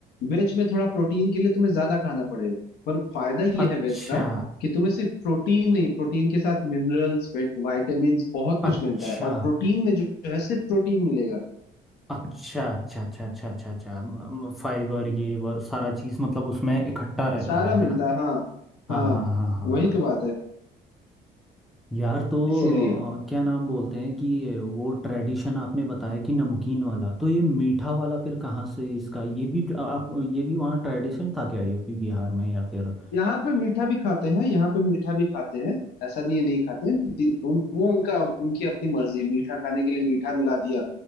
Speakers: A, on the left; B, in the centre.
A: वेज में थोड़ा प्रोटीन के लिए तुम्हें ज्यादा खाना पड़ेगा पर फायदा ये
B: अच्छा
A: है वेज का कि तुम्हें सिर्फ प्रोटीन नहीं प्रोटीन के साथ मिनरल्स वाइटामिन बहुत कुछ
B: अच्छा
A: मिलता है और प्रोटीन में जो है सिर्फ प्रोटीन मिलेगा
B: अच्छा अच्छा अच्छा अच्छा अच्छा अच्छा फाइबर ये वो सारा चीज़ मतलब उसमें इकट्ठा रहता
A: सारा
B: है है
A: मिलता
B: ना
A: है हाँ
B: हाँ
A: हाँ
B: हाँ हाँ हाँ हाँ।
A: वही तो बात है
B: यार तो
A: इसीलिए
B: अ, क्या नाम बोलते हैं कि वो ट्रेडिशन आपने बताया कि नमकीन वाला तो ये मीठा वाला फिर कहाँ से इसका ये भी अ, आप ये भी वहाँ ट्रेडिशन था क्या यूपी बिहार में या फिर
A: यहाँ पे मीठा भी खाते हैं यहाँ पे मीठा भी खाते हैं ऐसा नहीं है नहीं खाते हैं दिन, उन, वो उनका उनकी अपनी मर्जी है मीठा खाने के लिए मीठा मिला दिया